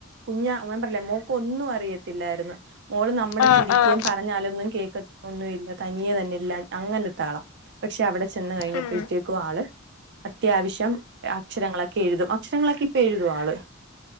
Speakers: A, on the right; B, on the left.
A: കുഞാ പറ്ഞ്ഞിലെ മോക്ക് ഒന്നും അറിയത്തില്ലായിരുന്നു മോള് നമ്മുടെത്തിരിക്കേ
B: ആഹ് ആഹ്
A: പറ ഞാലൊന്നും കേക്ക ഒന്നും ഇല്ല തനിയെ തന്നെ ഇല്ല അങ്ങനെത്താളാ. പക്ഷെ അവിടെ ചെന്ന് കഴിഞ്ഞപ്പോഴത്തേക്കും
B: ഉം
A: ആള് അത്യാവശ്യ രം അക്ഷരങ്ങളൊക്കെ എഴുതും അക്ഷരങ്ങളൊക്കെ ഇപ്പൊ എഴുതും ആള്